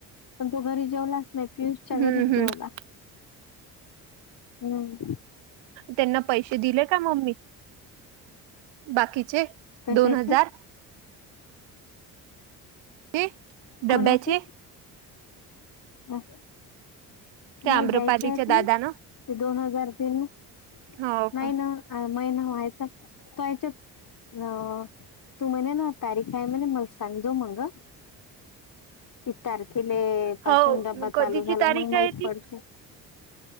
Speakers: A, on the left (about 45°); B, on the right (about 65°).
A: पण तो घरी जेवलास. नाही पियुष च्या
B: हम्म
A: घरीच
B: हम्म
A: जेवला. हम्म.
B: त्यांना पैसे दिले का मम्मी बाकीचे.
A: कशाचे
B: दोन हजार. ते डब्याचे
A: कोणाचे अ.
B: त्या
A: नाही
B: आम्रपालीच्या
A: द्यायचे आहेत
B: दादानं
A: ना? ते दोन हजार तीन
B: हो
A: नाही
B: का
A: ना? अ महिना व्हायचा तोच्यात. अ तू म्हणे ना तारीख आहे म्हणे मला सांजो मग ह. किती तारखेले पासून
B: हो
A: डब्बा
B: कधीची
A: चालू झाला
B: तारीख
A: मग माहीत
B: आहे ती
A: पडते.